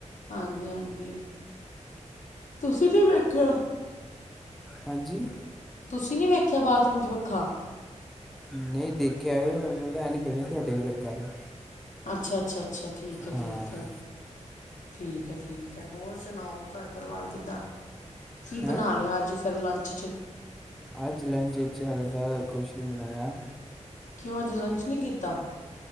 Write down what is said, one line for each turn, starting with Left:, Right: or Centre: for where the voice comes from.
Left: ਹਾਂਜੀ-ਹਾਂਜੀ। ਤੁਸੀਂ ਨਹੀਂ ਵੇਖਿਆ?
Centre: ਹਾਂਜੀ?
Left: ਤੁਸੀਂ, ਨੀ ਵੇਖਿਆ ਬਾਥਰੂਮ ਚ ਪੱਖਾ?
Centre: ਨਹੀਂ ਦੇਖਿਆ ਹੈ, ਇਹ ਨਹੀਂ ਪਤਾ ਤੁਹਾਡੇ ਵੀ ਲੱਗਾ ਵਾ
Left: ਅੱਛਾ-ਅੱਛਾ, ਅੱਛਾ। ਠੀਕ ਹੈ-ਠੀਕ
Centre: ਹਾਂ
Left: ਹੈ। ਠੀਕ ਹੈ-ਠੀਕ ਹੈ। ਹੋਰ ਸੁਣਾਓ ਘਰ ਪਰਿਵਾਰ ਕਿੱਦਾਂ? ਕੀ
Centre: ਹੈ
Left: ਬਣਾ ਲਿਆ ਅੱਜ? ਫਿਰ ਲੰਚ 'ਚ
Centre: ਅੱਜ ਲੰਚ ਵਿਚ ਹਾਲੇ, ਤਾਂ ਕੁਛ ਨੀ ਬਣਾਇਆ।
Left: ਕਿਉਂ ਅੱਜ ਲੰਚ ਨਹੀਂ ਕੀਤਾ